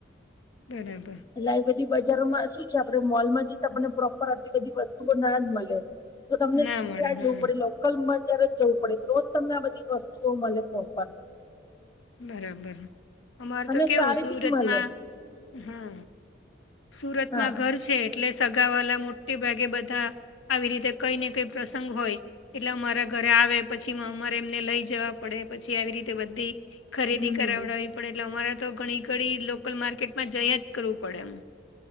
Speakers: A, on the left; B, on the left.
A: બરાબર.
B: એટલે આવી બધી બજારોમાં શું છે આપડે મોલમાં જઈ તો આપણને પ્રોપર આટલી બધી વસ્તુઓ ના જ મળે. તો તમને
A: ના મળે
B: ત્યાં
A: હમ
B: જવું પડે લોકલ બજાર જ જવું પડે તો જ તમને આ બધી વસ્તુઓ મળે પ્રોપર.
A: બરાબર, અમારે
B: અને
A: તે કેવું
B: સારી
A: સુરતમાં,
B: બી મળે
A: હમ. સુરતમાં
B: હા
A: ઘર છે એટલે સગાવાલા મોટે ભાગે બધા આવી રીતે કઈ ને કઈ પ્રસંગ હોય. એટલે અમારા ઘરે આવે પછી અમારે એમને લઈ જવા પડે પછી આવી રીતે બધી. ખરીદી
B: હમ
A: કરાવડાવવી
B: હમ
A: પડે એટલે અમારે તો ઘણી ઘડી લોકલ માર્કેટમાં જયા જ કરવું પડે એમ.